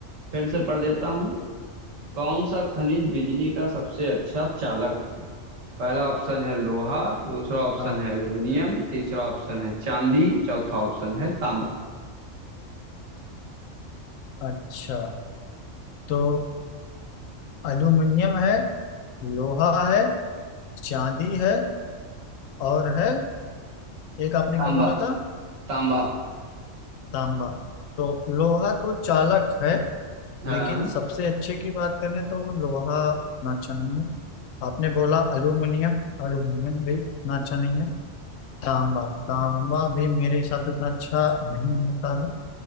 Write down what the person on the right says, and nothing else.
फिर से पढ़ देता हूँ कौन सा खनिज बिजली का सबसे अच्छा चालक है पहला ऑप्शन है लोहा दूसरा ऑप्शन
है एल्यूमिनियम तीसरा ऑप्शन है चांदी चौथा ऑप्शन है तांबा
तांबा
तांबा
हाँ